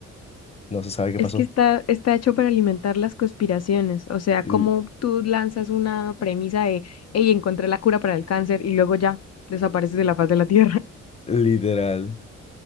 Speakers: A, on the left; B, on the left.
A: no se sabe qué
B: Es
A: pasó.
B: que está, está hecho para alimentar las conspiraciones. O sea, como
A: Li-
B: tú lanzas una premisa de, hey, encontré la cura para el cáncer y luego ya desapareces de la faz de la Tierra.
A: Literal.